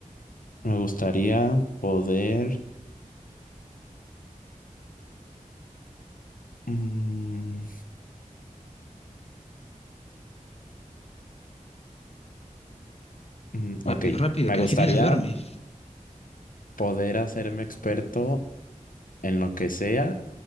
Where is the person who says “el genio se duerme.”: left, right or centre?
Left